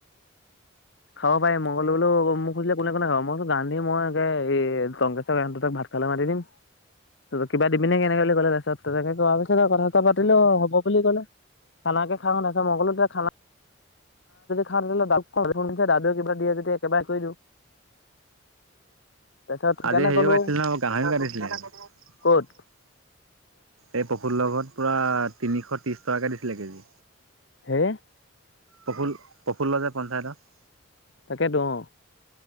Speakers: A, on the left; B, on the right.
A: খাব পাৰি মোক <unintelligible> মই কো বোলো মোক সুধিলে কোনে কোনে খাব মই গান্ধি মইে এই টংকেশৰ গ ত ভাত খালে মাতি দিম কিবা দিবিে কেনেকৈ বুলি কলে তাৰপিছতনেে ক পিছত কথা এটা পাতিলো হ'ব বুলি ক'লে খানে খা শ তছত মই ক'লো খানাা খা তে দাদে কিবা দিয়ে য <unintelligible> তেয়া একেবাৰে কৰি দিওঁ তাৰপিছত সেইকাৰণে
B: আজি হেৰিও
A: ক'লো
B: গা়ছিলে ন কাহৰিও গাঢ়ছিলে <unintelligible>
A: ক'ত
B: এই পশুৰ লগত পূৰা তিনিশ ত্ৰিছ টকাকৈ দিছিলে কেজি
A: হে
B: পখ পখললাদাৰ পন্ঞ্চায়তৰ
A: তাকেইতো অ